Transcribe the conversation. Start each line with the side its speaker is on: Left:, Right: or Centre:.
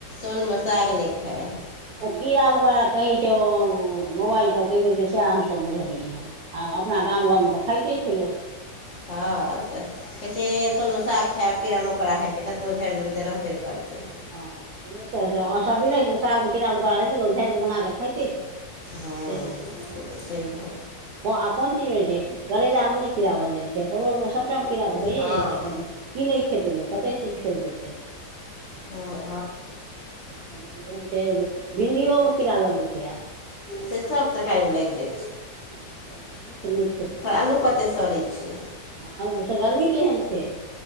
Left: साँझमे साग नहि खाइ।
Right: ओ कीड़ा मकोड़ा कहैत छै, मोबाइल पर कहि दैत छै, सेएह सभ बुझलियै हेँ। आ अपन गाम घरमे तँ खाइते छल।
Left: हँ तऽ कहैत छै साँझमे साग खाएब तँ कीड़ा मकोड़ा हेतै, कतबो झाड़ि देबै तँ रहबे करतै।
Right: हँ, से तँ सदिखन सागमे कीड़ा मकोड़ा रहैत छै, लोक झाड़ि कऽ बना कऽ खाइते छै ने।
Left: हँ,
Right: से तऽ छैहे
Left: से तँ छैहे।
Right: कोन चीज होइ छै? करैलामे नहि कीड़ा भऽ जाइ छै, परोलमे सभटा? कीड़ा तँ होइए
Left: हँ
Right: जाइ छै, तऽ की नहि खैत? लोक कतेक चीज छोड़ि देतै।
Left: आ
Right: कोज एहन छै। भिन्डियो मे कीड़ा लगैत छै। आब
Left: से तँ सभ तरकारीमे लागै
Right: हँ तऽ की नहि
Left: आलू सेहो सड़ै छै।
Right: आओर एतऽ गर्मी केहन छै?